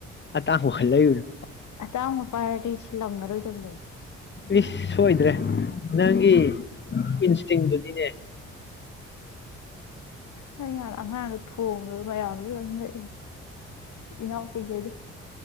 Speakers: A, on the left; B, on the left.
A: ꯑꯇꯥꯡꯕꯈꯜꯂꯛꯏꯔꯅꯣ
B: ꯑꯇꯥꯡꯕꯄꯥꯥꯏꯔꯗꯤ ꯁꯤꯂꯝꯉꯔꯣꯏ ꯇꯕꯅꯦ
A: ꯏꯁ ꯁꯣꯏꯗ꯭ꯔꯦ ꯅꯪꯒꯤ ꯏꯟꯁꯇꯤꯡꯗꯨꯅꯤꯅꯦ
B: ꯅꯪꯥꯟ ꯑꯉꯥꯡꯗ ꯊꯣꯡꯕꯗ ꯃꯌꯥꯝꯗ ꯂꯣꯏ ꯂꯛꯏꯅꯦ ꯏꯅꯥꯎ ꯀꯩꯒꯗ